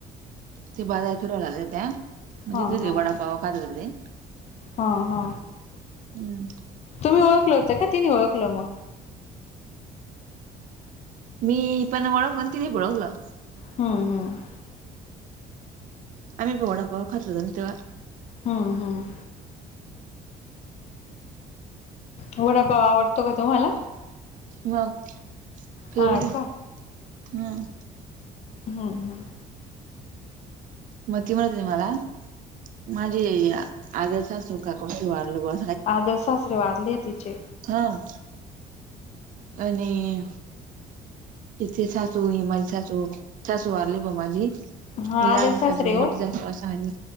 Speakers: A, on the right (about 50°); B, on the left (about 40°).
A: ते बाजार फिरवायलाले त्या. म्हणजे
B: हा
A: तिथे
B: हा
A: वडापाव खात होते ते.
B: हा हा
A: हम्म.
B: तुम्ही ओळखलं होत का तिने ओळखलं म?
A: मी पण वळखलं आणि तिनी बी वळखलं.
B: हम् हम्.
A: आम्हीपण वडापाव खात होतो ना तेव्हा.
B: हम हम्. वडापाव आवडतो का तुम्हाला?
A: मग फेवरेट
B: हा
A: ए.
B: का
A: हम्म.
B: हम्म. हम्.
A: म ती म्हटली मला. माझी आजेसासु का कोण ते वारल बुवा.
B: आजेसासरे वारले ए तिचे.
A: हं. आणि- तिची सासू ही माझी सासू, सासू वारली बुवा माझी.
B: हा
A: ही लहानी
B: आदर सासरे
A: सासू,
B: हो
A: मोठी सासू असं आणि